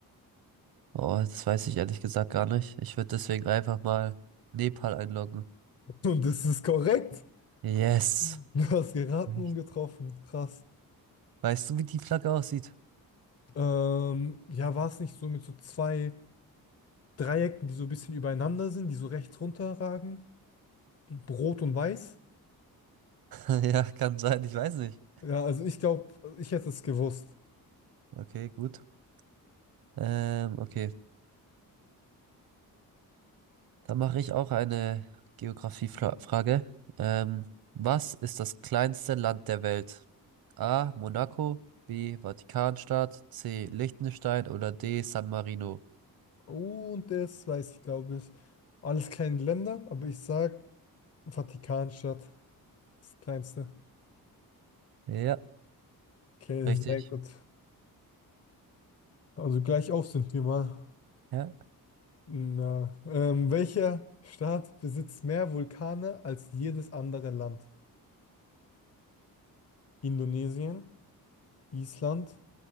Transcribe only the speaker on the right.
Oh, das weiß ich ehrlich gesagt gar nicht. Ich würde deswegen einfach mal Nepal einloggen.
Yes.
Nicht.
Weißt du, wie die Flagge aussieht?
<laughs> Ja, kann sein, ich weiß nicht.
Okay, gut. Ähm, okay. Dann mache ich auch eine Geografiefrage. Ähm, was ist das kleinste Land der Welt? A. Monaco, B. Vatikanstadt, C. Liechtenstein oder D. San Marino?
Ja,
Richtig.
ja.